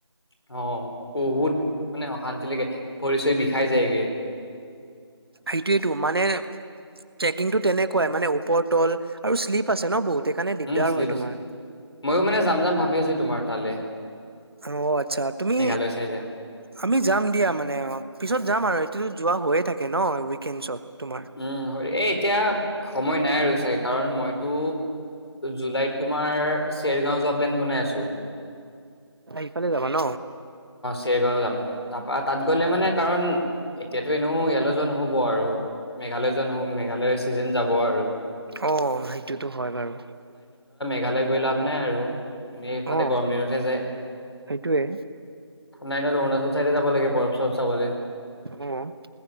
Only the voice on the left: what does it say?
অহ, বহুত মানে অশান্তি লাগে পৰিচয় দি খাই যায়গে।
উম শ্লিপ
আছে, ময়ো মানে যাম- যাম ভাবি আছো তোমাৰ তালে।
মেঘালয় চাইডে।
উম হয় এ এতিয়া সময় নাই আৰু কাৰণ মইতো জুলাইত তোমাৰ চেৰগাও যোৱা প্লেন বনাই আছো
ডেৰগাঁও যাম তাৰপা তাত গ'লে মানে কাৰণ এতিয়াতো এনেও ইয়ালৈ যোৱা নহ'ব আৰু। মেঘালয় যোৱা নহব, মেঘালয়ৰ ছিজন যাব আৰু
মেঘালৈ গৈ লাভ নাই আৰু এনেই তাতে
গৰম দিনতহে যায়।
কোনোবা এদিনত অৰুাচল চাইডে যাব লাগে বৰফ- চৰফ চাবলৈ।